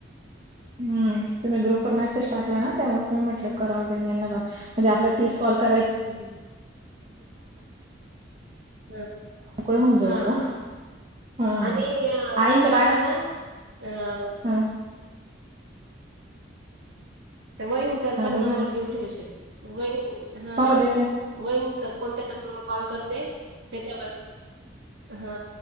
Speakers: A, on the right; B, on the right.
A: हम् तुम्ही ग्रुप वर मेसेज टाकला ना तेव्हाच मी म्हटलं करावंगना. म्हणजे आपला तस कॉल करायच.
B: हम. हां.
A: होऊन जाऊ.
B: हां
A: हम्
B: आणि अ,
A: आईनच्या
B: मला
A: टाका
B: ना अ
A: हम्.
B: तर वहिणी चा
A: हा
B: पन
A: बोला
B: नंबर
A: ना
B: देऊन ठेवशील वहिणी हा.
A: हो देते
B: वहिनींचा कोणत्या नंबरवर कॉल करते त्याच्यावर. हा